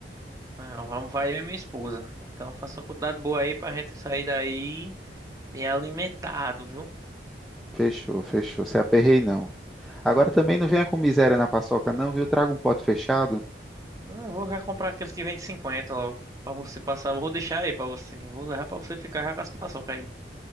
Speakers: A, on the right (about 20°); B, in the centre.
A: Não, vamos, vai eu e minha esposa. Então faça uma quantidade boa aí pra gente sair daí bem alimentado, viu?
B: Fechou, fechou. Se aperrei, não. Agora também não venha com miséria na paçoca, não, viu? Traga um pote fechado.
A: Não, eu vou já comprar aqueles que vem de 50 logo. Pra você passar, eu vou deixar aí pra você. Eu Vou levar pra você ficar já com as paçoca aí.